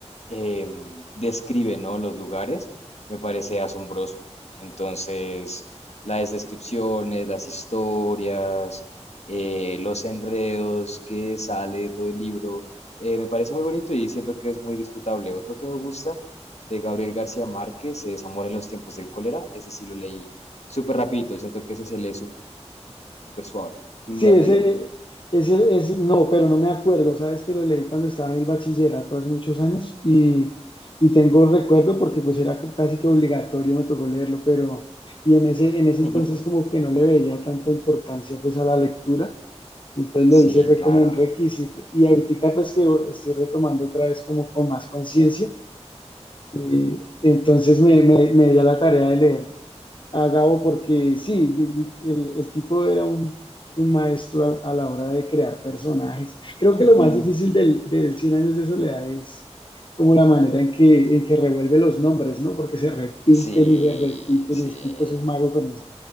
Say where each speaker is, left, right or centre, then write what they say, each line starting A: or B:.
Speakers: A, on the left (about 70°); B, on the left (about 45°).
A: em, describe, ¿no? los lugares, me parece asombroso. Entonces, las descripciones, las historias, eh, los enredos que sale de todo el libro, eh, me parece muy bonito y siento que es muy disfrutable. Otro que me gusta de Gabriel García Márquez, es Amor en los tiempos del cólera. Ese sí lo leí súper rapidito, siento que ese se lee súper suave. ¿Tú
B: Sí,
A: lo
B: ese,
A: has leído?
B: ese, ese, no, pero no me acuerdo. Sabes que lo leí cuando estaba en el bachillerato hace muchos años y, y tengo recuerdo porque pues era casi que obligatorio, me tocó leerlo, pero y en ese, en ese
A: Ujú.
B: entonces como que no le veía tanta importancia pues a la lectura, entonces lo
A: Sí,
B: hice fue
A: claro.
B: como un requisito y ahorita pues que estoy retomando otra vez como con más conciencia, eh, entonces me, me, me di a la tarea de leer a Gabo porque sí, di- di- el, el tipo era un, un maestro a, a la hora de crear personajes. Creo que
A: Ujú.
B: lo más difícil del, del 100 años de soledad es como la manera en que, en que revuelve los nombres, ¿no? Porque se repiten
A: Sí,
B: y se repiten
A: sí.
B: y el tipo es un mago con eso.